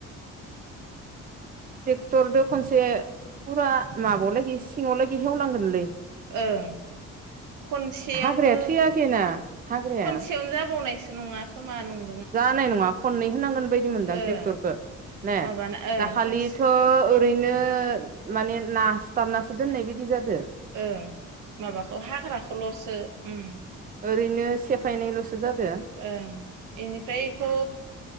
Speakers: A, on the right; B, on the right.
A: ट्रेक्टरजों खनसे फुरा माबायाव लागि सिङाव लागि हेवनांगोनलै
B: ओं खनसेयावनो
A: हाग्राया थैयाखैना हाग्राया
B: खनसेयावनो जाबावनायसो नङा खोमा नं
A: जानाय नङा खननै होनांगोन बायदि मोनदों आं
B: ओं
A: ट्रेक्टरखौ ने
B: माबाना ओं
A: दाखालिथ'
B: खनसे
A: ओरैनो माने नासथाबनासो दोननाय बायदि जादों
B: ओं माबाखौ हाग्राखौ लसो उम
A: ओरैनो सेफायनायल'सो जादों
B: ओं बेनिफ्रायथ